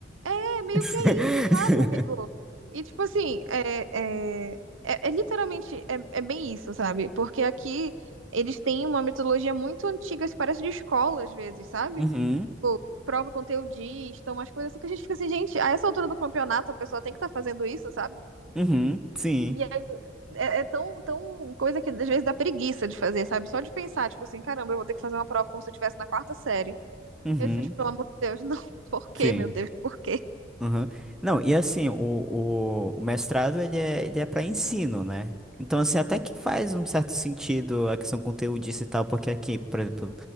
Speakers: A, on the right; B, in the centre.
A: É meio
B: <laughs>
A: que é isso, sabe, amigo? E, tipo, assim, é, é, é, é literalmente, é, é bem isso, sabe? Porque aqui eles têm uma metodologia muito antiga, se parece de escola às vezes, sabe?
B: Uhum.
A: tipo, prova conteudista, umas coisas assim que a gente fica assim, gente, a essa altura do campeonato a pessoa tem que estar fazendo isso, sabe?
B: Uhum. Sim.
A: E aí é, é tão, tão coisa que às vezes dá preguiça de fazer, sabe? Só de pensar, tipo assim, caramba, eu vou ter que fazer uma prova como se eu estivesse na quarta série.
B: Uhum.
A: Eu fico, tipo, pelo amor de Deus, não. <laughs> Por quê,
B: Sim.
A: meu Deus, por quê?
B: Uhum. Não, e assim, o, o, o mestrado ele é, ele é para ensino, né? Então, assim, até que faz um certo sentido a questão conteudista e tal, porque aqui, por exemplo,